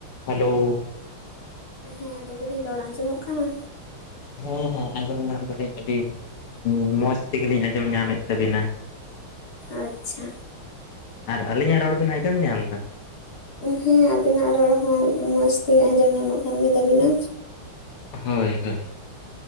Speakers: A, on the left; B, on the left.
A: Hello
B: ᱦᱮᱸ ᱞᱟᱹᱭ ᱫᱟᱞᱤᱧ ᱨᱚᱲ ᱟᱸᱡᱚᱢᱚᱜ ᱠᱟᱱᱟ?
A: ᱦᱮᱸ ᱦᱮᱸ ᱟᱡᱚᱢ ᱧᱟᱢ ᱫᱟᱞᱤᱧ ᱡᱩᱫᱤᱼᱼ ᱢᱚᱸᱡᱽ ᱛᱮᱜᱮᱞᱤᱧ ᱟᱸᱡᱚᱢ ᱧᱟᱢᱮᱫ ᱛᱟᱵᱤᱱᱟ᱾
B: ᱟᱪᱪᱷᱟ᱾
A: ᱟᱨ ᱟᱹᱞᱤᱧᱟᱜ ᱨᱚᱲ ᱵᱤᱱ ᱟᱸᱡᱚᱢ ᱧᱟᱢ ᱮᱫᱟ?
B: ᱦᱮᱸ ᱟᱵᱤᱱᱟᱜ ᱨᱚᱲ ᱦᱚᱸ ᱢᱚᱸᱡᱽ ᱛᱮᱜᱮ ᱟᱸᱡᱚᱢ ᱧᱟᱢᱚᱜ ᱠᱟᱱ ᱜᱮᱛᱟᱵᱤᱱᱟ᱾
A: ᱦᱳᱭ ᱦᱳᱭ᱾